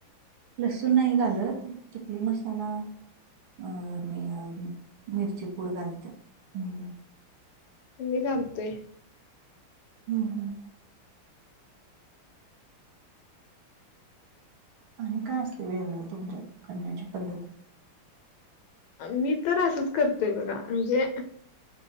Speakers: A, on the right; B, on the left.
A: लसूण नाही घालत, चकली मसाला अ आणि मिरची पूड घालत्यात ह.
B: मी घालतोय.
A: हम्म हम्. आणि काय असतंय वेगळ तुमच्यात करण्याची पद्धत.
B: मी तर असंच करतोय बघा म्हणजे.